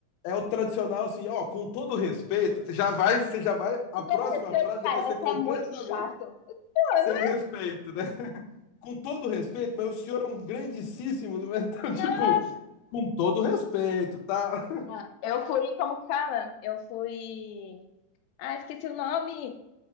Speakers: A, on the left; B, on the left.
A: É o tradicional assim, ó, com todo respeito, já vai, você já vai, a
B: Com
A: próxima
B: todo respeito,
A: frase
B: cara,
A: já vai
B: você
A: ser completamente
B: é muito chato. Mano,
A: sem respeito, né? Com todo respeito, mas o senhor é um grandíssimo, né? <laughs> então,
B: Nossa!
A: tipo, com todo respeito, tá?
B: Não, eu fui, como que fala? Eu fui. Ah, esqueci o nome.